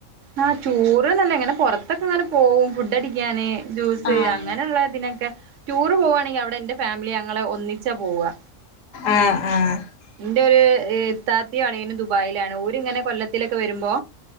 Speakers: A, on the right; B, on the left.
A: ആഹ് റ്റൂറ് ന്നല്ല ഇങ്ങനെ പൊറത്തൊക്കെ ന്നട പോവും ഫുഡഡിക്കാന് ജ്യൂസ്
B: ആഹ്
A: അങ്ങന്ള്ളഇതിനൊക്കെ റ്റൂറ് പോവാണെങ്കി അവടെ എന്റെ ഫാമിലി അങ്ങ ങ്ങളെ ഒന്നിച്ചാ പോവാ
B: ആഹ് ആഹ്
A: എന്റെ ഒര് ഇത്താത്തേം അളിയനും ദുബായിലാണ് ഓരിങ്ങനെ കൊല്ലത്തിലൊക്കെ വരുമ്പോ